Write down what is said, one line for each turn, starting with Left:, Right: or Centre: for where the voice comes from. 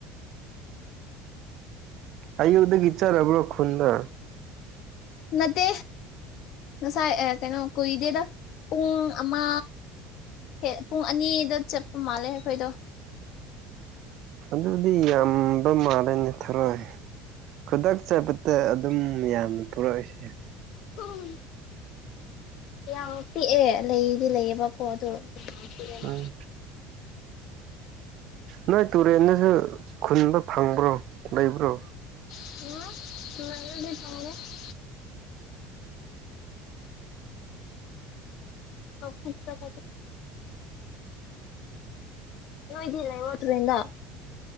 Right: ꯑꯌꯨꯛꯗꯒꯤ ꯆꯠꯔꯕꯣ ꯈꯨꯟꯗꯥ
Left: ꯅꯠꯇꯦ ꯉꯁꯥꯏ ꯑꯥ ꯀꯩꯅꯣ ꯀꯨꯏꯗꯦꯗ ꯄꯨꯡ ꯑꯃ ꯍꯦ ꯄꯨꯡ ꯑꯅꯤꯗ ꯆꯠꯄ ꯃꯥꯜꯂꯦ ꯑꯩꯈꯣꯏꯗꯣ
Right: ꯑꯗꯨꯗꯤ ꯌꯥꯝꯕ ꯃꯥꯜꯂꯦꯅꯦ ꯊꯔꯣꯏ ꯈꯨꯗꯛ ꯆꯄꯗ ꯑꯗꯨꯝ ꯌꯥꯝꯅ ꯄꯨꯔꯛꯏꯁꯦ
Left: ꯎꯝ ꯌꯥꯝ ꯄꯤꯛꯑꯦ ꯂꯩꯗꯤ ꯂꯩꯌꯦꯕꯀꯣ ꯑꯗꯨ ꯄꯤꯛꯑꯦꯕ
Right: ꯎꯝ ꯅꯣꯏ ꯇꯨꯔꯦꯟꯗꯁꯨ ꯈꯨꯟꯕ ꯐꯪꯕ꯭ꯔꯣ ꯂꯩꯕ꯭ꯔꯣ
Left: <unintelligible> ꯊꯣꯡꯒꯦ <unintelligible> ꯅꯣꯏꯗꯤ ꯂꯩꯌꯣꯇꯨꯔꯦꯟꯗ